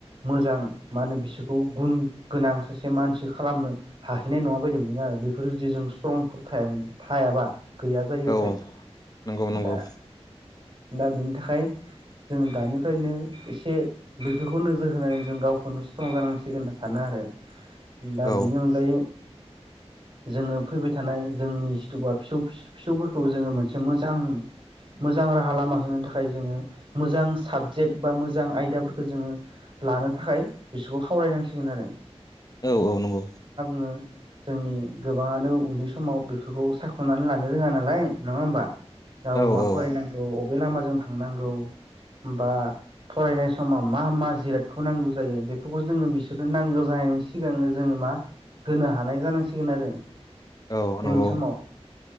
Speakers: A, on the right (about 45°); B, on the left (about 35°).
A: मोजां मा होनो बिसोरखौ गुन गोनां सासे मानसि खालामनो हाहैनाय नङा बायदि मोनो आरो बेफोर जुदि जों स्ट्रंफोर थायामोन थायाबा गैया जायोब्लाथाय
B: औ नंगौ नंगौ
A: दा दा बेनि थाखाय जों दानिफ्रायनो एसे बेफोरखौ नोजोर होनानै जों गावखौनो स्ट्रं जानांसिगोन होनना सानो आरो दा
B: औ
A: बेनि अनगायै जोङो फैबाय थानाय जोंनि जिथुबा फिसौ फिसौफोरखौ जोङो मोनसे मोजां मोजां राहा लामा होनो थाखाय जोङो मोजां साबजेक्ट बा मोजां आयदाफोरखौ जोङो लानो थाखाय बिसोरखौ खावलायनांसिगोन आरो
B: औ औ नंगौ
A: ओ जोंनि गोबाङानो उन्दै समाव बेफोरखौ सायाख'नानै लानो रोङा नालाय नङा होमबा? गाव
B: औ
A: मा
B: औ
A: फरायनांगौ अबे लामाजों थांनांगौ बा फरायनाय समाव मा मा जिरादखौ नांगौ जायो बेफोरखौ जोङो बिसोरनो नांगौ जानायनि सिगांनो जोङो मा होनो हानाय जानांसिगोन आरो
B: औ
A: जोंनि
B: नंगौ
A: समाव